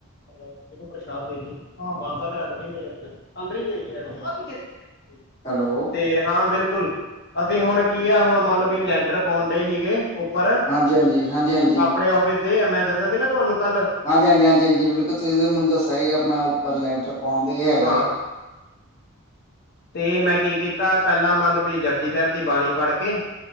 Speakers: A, on the left; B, on the left.
A: ਇਹਨੂੰ ਪ੍ਰਸ਼ਾਦ ਦੇ ਜ‌ਈ। ਪੰਜ-ਸੱਤ ਰੱਖ ਦੀ ਮੇਰੇ ਆਸਤੇ। ਅੰਦਰ ਈ ਦੇ ਜੀ ਯਾਰ <unintelligible>
B: ਹੈਲੋ।
A: ਤੇ ਹਾਂ, ਬਿਲਕੁਲ। ਅਸੀਂ ਹੁਣ ਕੀ ਆ, ਹੁਣ ਮੰਲਬ ਵੀ ਲੈਂਟਰ ਪਾਉਂਣ ਡਏ ਹੀਗੇ ਉੱਪਰ,
B: ਹਾਂਜੀ-ਹਾਂਜੀ, ਹਾਂਜੀ-ਹਾਂਜੀ।
A: ਆਪਣੇ ਔਫਿਸ ਦੇ। ਆ ਮੈਂ ਦੱਸਿਆ ਸੀ ਨਾ ਤੁਹਾਨੂੰ ਕੱਲ੍ਹ
B: ਹਾਂਜੀ-ਹਾਂਜੀ-ਹਾਂਜੀ-ਹਾਂਜੀ। ਬਿਲਕੁਲ, ਤੁਸੀਂ ਤੇ ਮੈਨੂੰ ਦੱਸਿਆ ਸੀ ਆਪਣਾ ਉੱਪਰ ਲੈਂਟਰ ਪਾਉਣ ਦੇ ਵੀ ਹੈਗੈ।
A: ਹਾਂ ਤੇ ਮੈਂ ਕੀ ਕੀਤਾ। ਪਹਿਲਾਂ ਮਲਬ ਵੀ ਜਪਜੀ ਸਾਹਿਬ ਦੀ ਬਾਣੀ ਪੜ੍ਹ ਕੇ